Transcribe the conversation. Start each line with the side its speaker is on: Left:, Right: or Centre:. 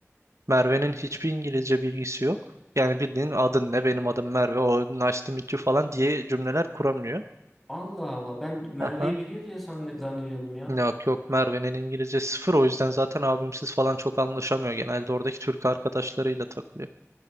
Right: Merve'nin hiçbir İngilizce bilgisi yok. Yani bildiğin adın ne benim adım Merve o nice to meet you falan diye cümleler kuramıyor.
Centre: Allah Allah ben Merve'yi
Right: Aha.
Centre: biliyor diye zanne- zannediyordum ya.
Right: Yok yok Merve'nin İngilizce sıfır o yüzden zaten abimsiz falan çok anlaşamıyor. Genelde oradaki Türk arkadaşlarıyla takılıyor.